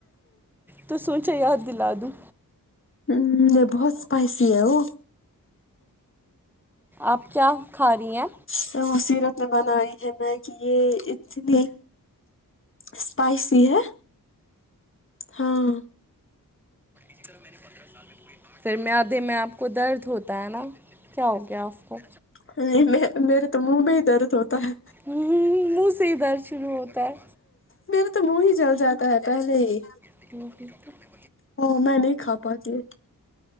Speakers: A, in the centre; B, on the left.
A: تو سوچا یاد دلا دوں
B: ہمم یہ بہت اسپائسی ہے وہ
A: آپ کیا کھا رہی ہیں
B: س سیرت نے بنائی ہے میگی یہ اتنی اسپائسی ہے ہاں
A: ایک طرف میں نے پندرہ سال میں پھر میادے میں آپ کو درد ہوتا ہے نا کیا ہو گیا آپ کو
B: نہیں میں میرے تو منہ میں ہی درد ہوتا ہے
A: ہممم منہ سے ھی درد شروع ہوتا ہے
B: میرا تو منہ ہی جل جاتا ہے پہلے ہی
A: <unintelligible>
B: ہاں میں نہیں کھا پاتی ہے